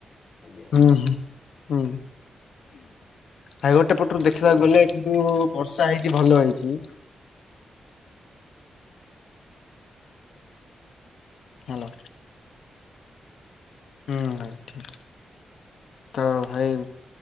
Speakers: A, on the left (about 50°); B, on the left (about 80°).
A: ଆଜ୍ଞା।
B: ହ ହୁଁ ହାଇ ଗୋଟେ ପଟରୁ ଦେଖିବାକୁ
A: କୁହନ୍ତୁ
B: ଗଲେ
A: କୁହନ୍ତୁ
B: କିନ୍ତୁ ବର୍ଷା ହେଇଛି ଭଲ ହେଇଛି। ହାଲୋ। ହୁଁ ନାଇଁ ଠିକ ତ ଭାଇ